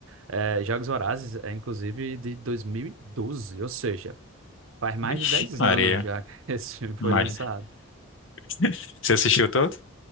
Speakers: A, on the right (about 70°); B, on the left (about 60°).
A: É, Jogos Vorazes é, inclusive, de 2012, ou seja, faz mais
B: Vixe,
A: de 10
B: Maria.
A: anos já que <laughs> esse filme foi
B: Mas...
A: lançado.
B: <laughs> Você assistiu todo?